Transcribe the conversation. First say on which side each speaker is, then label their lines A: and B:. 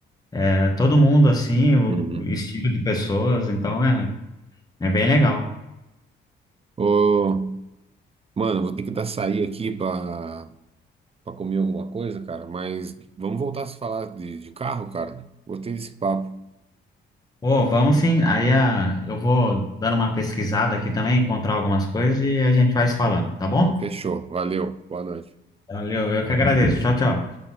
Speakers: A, on the left; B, on the right.
A: é, todo mundo, assim, o,
B: Uhum.
A: o estilo de pessoas. Então, é, é bem legal.
B: Ô, mano, vou ter que dar sair aqui pra, pra comer alguma coisa, cara, mas vamos voltar a se falar de, de carro, cara. Gostei desse papo.
A: Pô, vamos sim. Aí a, eu vou dando uma pesquisada aqui também, encontrar algumas coisas e a gente vai se falando, tá bom?
B: Então, fechou. Valeu. Boa noite.
A: Valeu, eu que agradeço. Tchau, tchau.